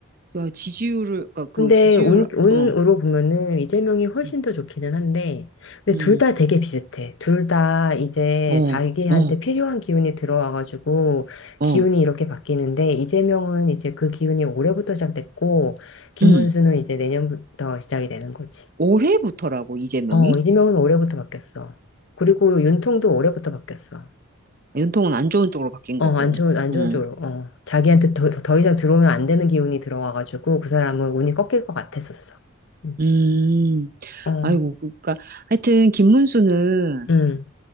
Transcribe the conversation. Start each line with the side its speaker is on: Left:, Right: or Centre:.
Right: 야, 지지율을, 그니까 그
Left: 근데
Right: 지지율,
Left: 운, 운으로
Right: 어,
Left: 보면은 이재명이 훨씬
Right: 음,
Left: 더 좋기는 한데, 근데
Right: 음.
Left: 둘 다 되게 비슷해. 둘 다 이제
Right: 어,
Left: 자기한테
Right: 어,
Left: 필요한 기운이 들어와가지고
Right: 어,
Left: 기운이 이렇게 바뀌는데, 이재명은 이제 그 기운이 올해부터 시작됐고, 김문수는
Right: 음.
Left: 이제 내년부터 시작이 되는 거지.
Right: 올해부터라고, 이재명이?
Left: 어, 이재명은 올해부터 바뀌었어. 그리고 윤통도 올해부터 바뀌었어.
Right: 아, 연통은 안 좋은 쪽으로 바뀐 거고.
Left: 어, 안 좋은, 안
Right: 응.
Left: 좋은 쪽으로. 어, 자기한테 더, 더 이상 들어오면 안 되는 기운이 들어와가지고 그 사람은 운이 꺾일 것 같았었어. 음.
Right: 음,
Left: 어,
Right: 아이고, 그러니까 하여튼 김문수는
Left: 음.